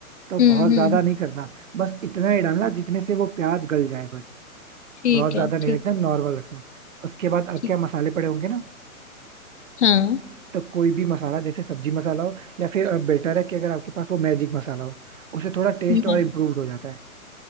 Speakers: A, on the right (about 60°); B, on the left (about 50°).
A: तो
B: हम्म
A: बहुत
B: हम्म
A: ज्यादा
B: हम्म,
A: नहीं करना बस इतना ही डालना जितने से वो प्याज गल जाए बस
B: ठीक
A: बहुत ज्यादा
B: है
A: नहीं
B: ठीक
A: रखना नॉर्मल रखना उसके बाद आपके
B: ठीक
A: यहाँ मसाले पड़े होंगे ना
B: हाँ
A: तो कोई भी मसाला जैसे सब्जी मसाला हो या फिर बेटर है कि अगर आपके पास वो मैजिक मसाला हो उसे थोड़ा टेस्ट
B: मैं
A: और इम्प्रूव्ड हो जाता है